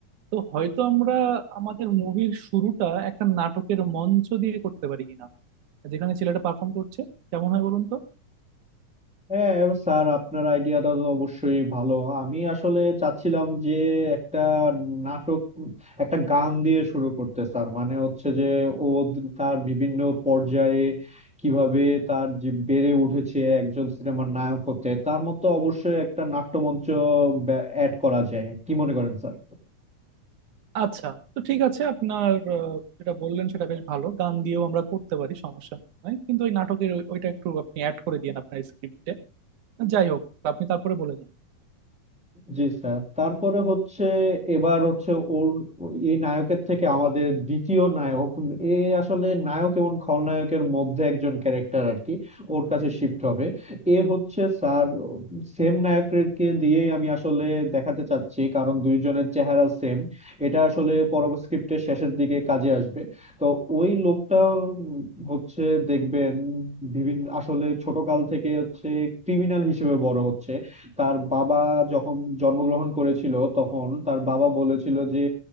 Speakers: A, on the right; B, in the centre.
A: তো হয়তো আমরা আমাদের মুভির শুরুটা একটা নাটকের মঞ্চ দিয়ে করতে পারি কিনা যেখানে ছেলেটা পারফর্ম করছে কেমন হয় বলুন তো
B: হ্যাঁ এবার স্যার আপনার আইডিয়াটা তো অবশ্যই ভালো আমি আসলে চাচ্ছিলাম যে একটা নাটক একটা গান দিয়ে শুরু করতে স্যার মানে হচ্ছে যে ও তার বিভিন্ন পর্যায়ে কিভাবে তার যে বেড়ে উঠেছে একজন সিনেমার নায়ক হতে তার মতো অবশ্যই একটা নাট্যমঞ্চ অ্যাড করা যায় কি মনে করেন স্যার
A: আচ্ছা তো ঠিক আছে আপনার আহ, যেটা বললেন সেটা বেশ ভালো গান দিয়েও আমরা করতে পারি সমস্যা নাই কিন্তু ওই নাটকের ওই- ওইটা একটু আপনি অ্যাড করে দিয়েন আপনার স্ক্রিপ্টে যাই হোক আপনি তারপরে বলে যান
B: জি স্যার তারপরে হচ্ছে এবার হচ্ছে ওর এই নায়কের থেকে আমাদের দ্বিতীয় নায়ক এ আসলে নায়ক এবং খলনায়কের মধ্যে একজন ক্যারেক্টার আর কি ওর কাছে শিফট হবে এ হচ্ছে স্যার সেম নায়ককে দিয়ে আমি আসলে দেখাতে চাচ্ছি কারণ দুইজনের চেহারা সেম এটা আসলে পরবর্তী স্ক্রিপ্টের শেষের দিকে কাজে আসবে তো ওই লোকটা উম হচ্ছে দেখবেন বিভিন্ন আসলে ছোটকাল থেকে হচ্ছে ক্রিমিনাল হিসেবে বড় হচ্ছে তার বাবা যখন জন্মগ্রহণ করেছিল তখন তার বাবা বলেছিল যে